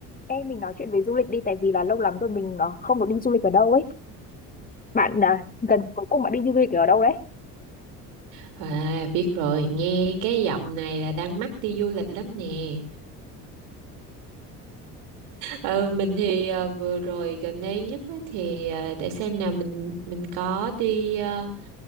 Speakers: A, on the left (about 20°); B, on the right (about 65°).
A: Ê, mình nói chuyện về du lịch đi tại vì là lâu lắm rồi mình ờ, không được đi du lịch ở đâu ấy. Bạn à, gần cuối cùng bạn đi du lịch ở đâu đấy?
B: À, biết rồi, nghe cái giọng này là đang mắc đi du lịch lắm nè. Ờ, mình thì ờ, vừa rồi gần đây nhất á thì ờ, để xem nào mình mình có đi ờ,